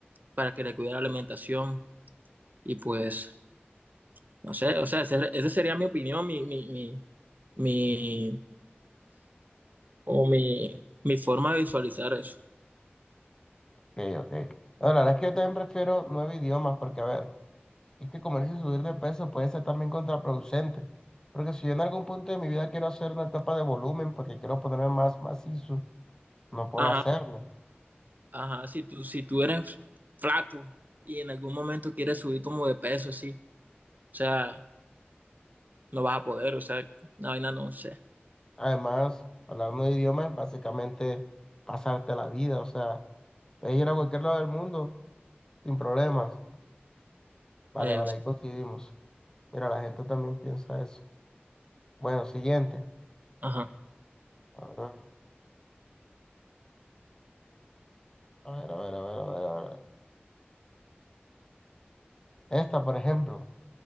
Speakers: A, on the right (about 45°); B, on the left (about 15°).
A: para que le cuide la alimentación y pues, no sé, o sea, ese- esa sería mi opinión, mi, mi, mi, mi o mi, mi forma de visualizar eso.
B: Ok, ok. Bueno, la verdad es que yo también prefiero nueve idiomas porque, a ver, es que comer sin subir de peso puede ser también contraproducente. Porque si yo en algún punto de mi vida quiero hacer una etapa de volumen porque quiero ponerme más macizo No puedo
A: Ajá,
B: hacerlo.
A: ajá, si tú, si tú eres flaco y en algún momento quieres subir como de peso, así, o sea, no vas a poder, o sea, una vaina no sé.
B: Además, hablando de idiomas es básicamente pasarte la vida. O sea, puedes ir a cualquier lado del mundo sin problemas. Vale,
A: Eh,
B: vale, ahí coincidimos. Mira, la gente también piensa eso. Bueno, siguiente.
A: ajá.
B: A ver, a ver, a ver, a ver, a ver, a ver. Esta, por ejemplo.